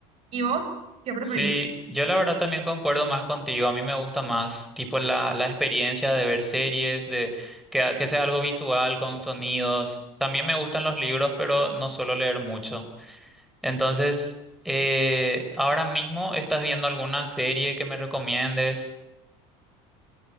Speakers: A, on the right (about 45°); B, in the centre.
A: ¿Y vos? ¿Qué preferís?
B: Sí, yo la verdad también concuerdo más contigo, a mí me gusta más tipo la, la experiencia de ver series, de que, que sea algo visual, con sonidos. También me gustan los libros, pero no suelo leer mucho. Entonces, eh, ahora mismo estás viendo alguna serie que me recomiendes.